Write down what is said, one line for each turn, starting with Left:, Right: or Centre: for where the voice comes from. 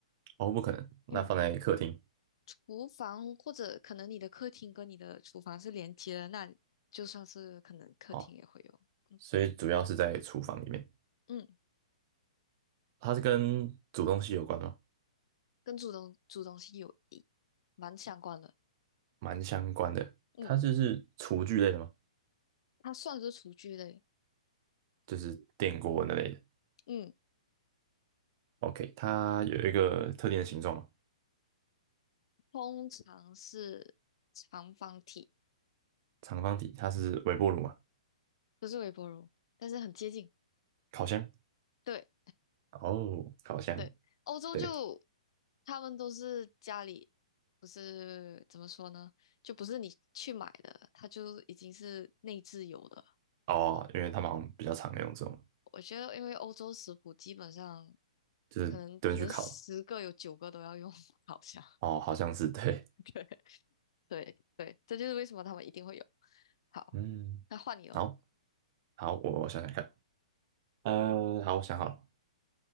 Right: 哦，不可能，那放在客厅。
Left: 嗯，厨房或者可能你的客厅跟你的厨房是连接的，那就算是可能客厅也会有。
Right: 哦，
Left: 嗯
Right: 所以主要是在厨房里面。
Left: 嗯，
Right: 它是跟煮东西有关吗？
Left: 跟主东主东西有一蛮相关的。
Right: 蛮相关的。
Left: 嗯。
Right: 它就是厨具类的吗？
Left: 它算是厨具类，
Right: 就是电锅那类的。
Left: 嗯，
Right: OK，它有一个特定的形状嘛？
Left: 通常是长方体，
Right: 长方体，它是微波炉嘛？
Left: 不是微波炉，但是很接近。
Right: 烤箱。
Left: 对
Right: 哦，烤箱。
Left: 对，欧洲就
Right: 对，
Left: 他们都是家里，不是怎么说呢，就不是你去买的，它就已经是内置有的。
Right: 哦，因为他们好像比较常用这种，
Left: 我觉得，因为欧洲食谱基本上
Right: 就是蹲去烤。
Left: 可能可能十个有九个都要用 <laughs> 好像
Right: 哦，好像是对。
Left: 对对对，这就是为什么他们一定会有。好，
Right: 嗯，
Left: 那换你了。
Right: 好，好，我想想看。呃，好，我想好了，